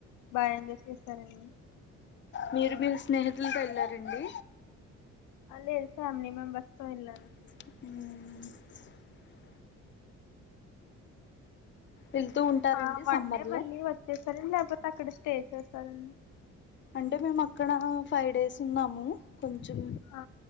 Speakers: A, on the left; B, on the left.
A: బాగా ఎంజాయ్ చేసారండి
B: మీరు మీరు స్నేహితులతో వెళ్ళారండి
A: లేదు ఫ్యామిలీ మెంబర్స్ తొ ఎల్లానండి
B: అ వెళ్తూ ఉంటారండి
A: ఆ వన్
B: సమ్మర్లో
A: డే మళ్ళీ వచ్చేసర లేకపోతే అక్కడ స్టే చేస్తారండి
B: అంటే మేము అక్కడ ఫైవ్ డేస్ ఉన్నాము కొంచెం
A: ఆ